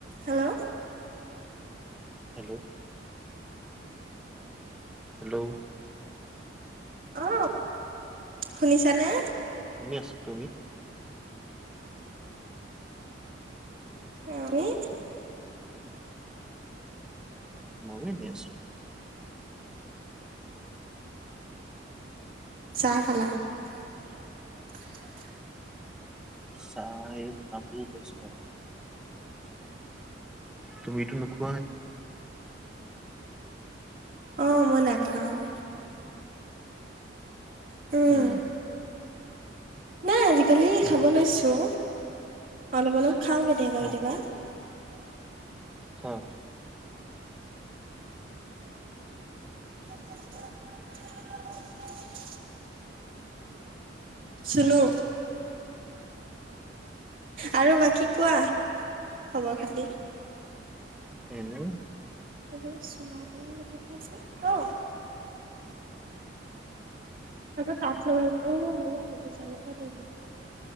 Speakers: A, on the right; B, in the centre.
A: হেৰৌ!
B: Hello! Hello!
A: অঁ শুনিছানে?
B: শুনে আছো তুমি।
A: অহঁ! হেইত-
B: মই শুনি আছো।
A: চাহ খালা? ওচচচ
B: চাই পাহাৰী গৈছোঁ মই। তুমিতো নোখো-
A: অঁ মই নাখাওঁ। উম
B: উমঁ।
A: নাই আজিকালি খাব লৈছোঁ অলপ অলপ খাওঁ কেতিয়াবা কেতিয়াবা।
B: অ অঁ!
A: <inaudible> চুনো। আৰু বাকী কোৱা খবৰ খাতি।
B: উমঁ।
A: এইটো চুনাৰ বুলি লিখি থোৱা আছে তো- আকৌ তাল লগাছো অঁ হৈছে অঁ ভালে হৈছে এনকোৱা পাৰী দিছা